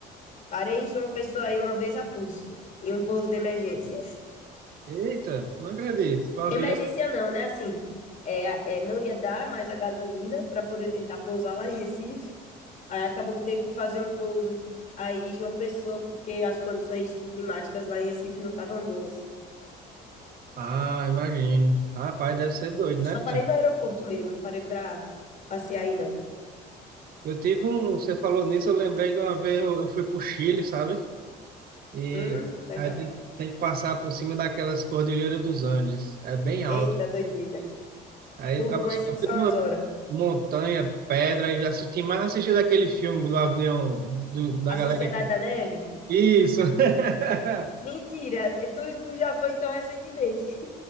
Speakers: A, on the left; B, on the right.
A: Parei em João Pessoa aí uma vez a pulso, em um pouso de emergência.
B: Eita, não acredito. Foi um avião.
A: Emergência não, né? Assim, é, é, não ia dar mais a gasolina para poder tentar pousar lá em Recife. Aí acabou que teve que fazer um pouso aí em João Pessoa, porque as condições climáticas lá em Recife não estavam boas.
B: Ah, imagino. Rapaz, deve ser doido, né?
A: Só parei no aeroporto mesmo, não parei para passear aí, não.
B: Eu tive um. Você falou nisso, eu lembrei que uma vez eu, eu fui pro Chile, sabe? E
A: Hum, legal.
B: aí tem, tem que passar por cima daquelas cordilheiras dos Andes. É bem alto.
A: Eita, doideira.
B: Aí
A: Turbulência
B: o cara só
A: que
B: vê
A: são
B: uma
A: as horas.
B: montanha, pedra, e assisti mais assisti daquele filme do avião, do- da
A: A
B: galera
A: Sociedade
B: que.
A: da Neve?
B: Isso! <laughs>
A: Mentira, tu, tu já foi então recentemente.